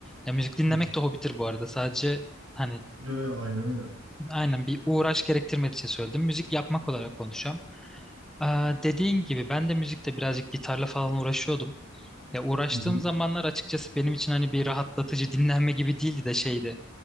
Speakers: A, in the centre; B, on the right.
A: Ya müzik dinlemek
B: <laughs>
A: de hobidir bu arada. Sadece hani
B: Ya, ya aynen öyle.
A: Aynen bir uğraş gerektirmediği için söyledim. Müzik yapmak olarak konuşacağım. Aa, dediğin gibi ben de müzikte birazcık gitarla falan uğraşıyordum. Ya uğraştığım
B: Hı hı.
A: zamanlar açıkçası benim için hani bir rahatlatıcı dinlenme gibi değildi de şeydi.